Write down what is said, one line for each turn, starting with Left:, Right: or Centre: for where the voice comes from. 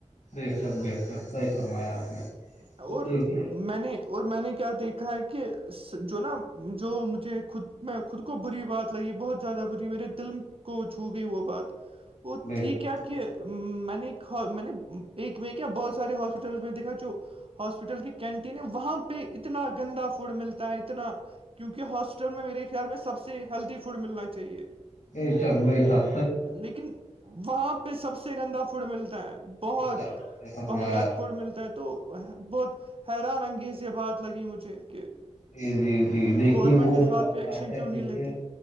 Left: دیک سب دیکھ سب صحیح فرمایا آپ نے
Right: اور
Left: تو دیکھیے
Right: میں نے اور میں نے کیا دیکھا ہے کہ جو نا جو مجھے خود میں خود کو بری بات لگی بہت زیادہ بری ہے میرے دل کو چھو گئی وہ بات وہ
Left: بے
Right: تھی
Left: شک
Right: کیا
Left: بے
Right: کہ میں نے میں نے ایک میں کیا بہت سارے ہاسپٹلس میں دیکھا جو ہاسپٹل کی کینٹین ہے وہاں پہ اتنا گندا فوڈ ملتا ہے اتنا کیونکہ ہاسٹل میں میرے خیال میں سب سے ہیلدی فوڈ ملنا چاہیے
Left: ب شخ بی شخ
Right: لیکن وہاں پہ سب سے گندا فوڈ ملتا ہے بہت
Left: بے شک صحیح فرمایا
Right: وحیات
Left: آپ
Right: پور
Left: نے
Right: ملتا ہے تو بہت حیران انگیز یہ بات لگی مجھے کہ
Left: جی جی جی دیکھیے
Right: گورنمنٹ
Left: وہ
Right: اس
Left: کیا
Right: بات
Left: ہوتا
Right: پہ ایکشن
Left: ہے
Right: کیوں نہیں
Left: دیکھیے
Right: لیتی